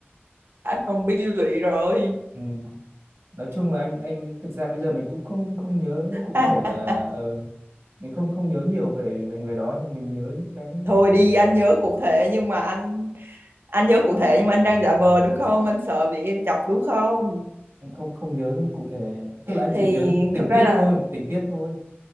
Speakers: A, on the right; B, on the right.
A: anh còn bi lụy rồi.
B: Ừ. nói chung là anh anh thực ra bây giờ mình cũng không không nhớ cụ
A: À,
B: thể là
A: à,
B: ờ, mình không không nhớ nhiều về về người đó nhưng mình nhớ những cái
A: thôi đi anh nhớ cụ thể nhưng mà anh anh nhớ cụ thể nhưng mà anh đang giả vờ đúng không? Anh sợ bị em chọc đúng không?
B: mình không không nhớ cụ thể tức là anh
A: Thì
B: chỉ nhớ những tình
A: thực ra
B: tiết
A: là
B: thôi tình tiết thôi